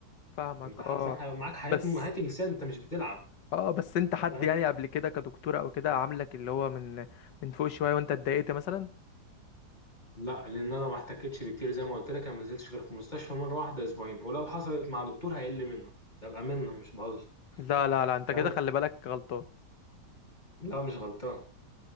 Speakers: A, on the left; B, on the left.
A: فاهمك
B: انت حرفيا
A: اه
B: ح- معاك حياه
A: بس
B: حياه انسان انت مش بتلعب
A: اه بس انت حد
B: فاهم
A: يعني قبل كده كدكتوره او كده عاملك اللي هو من من فوق شويه وانت اتضايقت مثلا
B: لا لان انا ما احتكتش بكتير زي ما قلت لك انا ما نزلتش غير في المستشفى مره واحده اسبوعين ولو حصلت مع دكتور هيقل منه ده بامانه مش بهزر
A: لا لا لا انت
B: فاهم
A: كده خلي بالك غلطان
B: لا مش غلطان